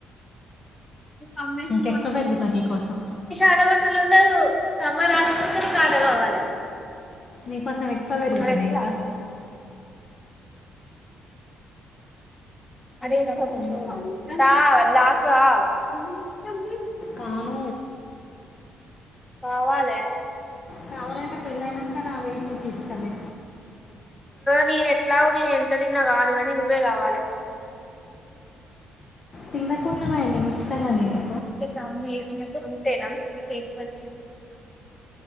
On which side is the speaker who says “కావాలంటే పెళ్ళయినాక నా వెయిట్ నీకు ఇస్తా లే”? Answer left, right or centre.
Left